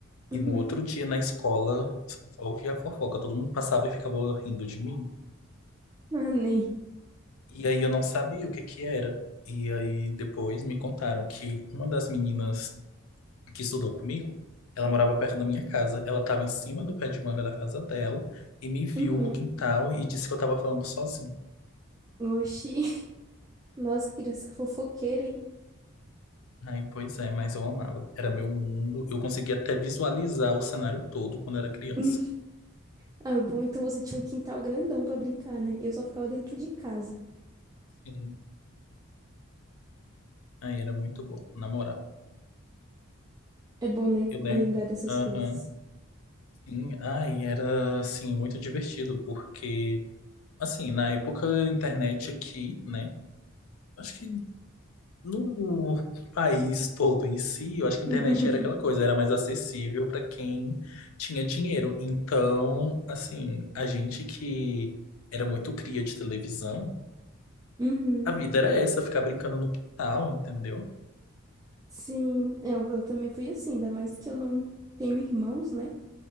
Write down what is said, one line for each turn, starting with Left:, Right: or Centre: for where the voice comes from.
Left: E
Right: uhum.
Left: no outro dia na escola, só ouvia a fofoca, todo mundo passava e ficava rindo de mim.
Right: Ah, nem.
Left: E aí eu não sabia o que que era. E aí depois me contaram que uma das meninas que estudou comigo, ela morava perto da minha casa. Ela estava em cima do pé de manga da casa dela e me viu
Right: Uhum.
Left: no quintal e disse que eu estava falando sozinho.
Right: Oxi. <laughs> Nossa, criança fofoqueira, hein?
Left: Aí, pois é, mas eu amava. Era meu mundo. Eu conseguia até visualizar o cenário todo quando era criança.
Right: <laughs> Ah, bom, então você tinha um quintal grandão pra brincar, né? Eu só ficava dentro de casa.
Left: Sim. Aí era muito bom, na moral.
Right: É bom, né?
Left: Eu lembro.
Right: Lembrar dessas
Left: Aham.
Right: coisas.
Left: Sim. Aí era, assim, muito divertido, porque, assim, na época, a internet aqui, né? Acho que No país todo em si, eu acho que a
Right: <laughs>
Left: internet era aquela coisa, era mais acessível para quem tinha dinheiro. Então, assim, a gente que era muito cria de televisão,
Right: Uhum.
Left: a vida era essa, ficar brincando no quintal, entendeu?
Right: Sim, eu, eu também fui assim, ainda mais que eu não tenho irmãos, né?